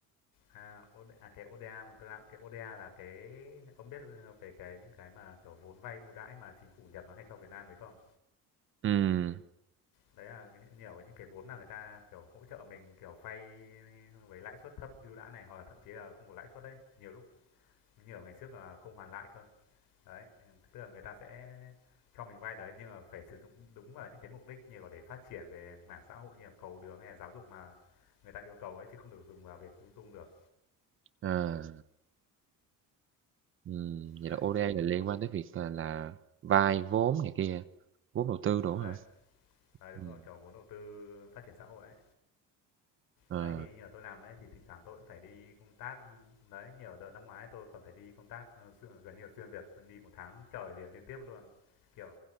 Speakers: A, on the left; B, on the right.
A: À, OD à, cái ODA mà tôi đạo cái ODA là cái ông biết về cái những cái mà, kiểu, vốn vay ưu đãi mà chính phủ Nhật nó hay cho Việt Nam đấy không?
B: Ừm,
A: Đấy là cái những nhiều cái những cái vốn mà người ta, kiểu, hỗ trợ mình, kiểu, vay với lãi suất thấp ưu đãi này, hoặc là thậm chí là không có lãi suất đấy. Nhiều lúc nhiều ngày trước là không hoàn lại cơ. Đấy, ừ, tức là người ta sẽ cho mình vay đấy, nhưng mà phải sử dụng đúng vào những cái mục đích như là để phát triển về mảng xã hội như là cầu đường hay là giáo dục mà người ta yêu cầu ấy, chứ không được dùng vào việc lung tung được.
B: à, ừm, vậy
A: Đấy,
B: là ODA là liên quan tới việc, à, là vay vốn này kia, vốn đầu tư đồ á
A: đấy
B: hả?
A: Đấy, đúng
B: Ừm,
A: rồi, kiểu vốn đầu tư phát triển xã hội ấy.
B: ờ,
A: Đấy, thì như là tôi làm ấy, thì thỉnh thoảng tôi cũng phải đi công tác, ừ, đấy, như ở đợt năm ngoái tôi còn phải đi công tác, ơ, xuyên gần như là xuyên Việt, đi một tháng trời liền liên tiếp luôn. Kiểu,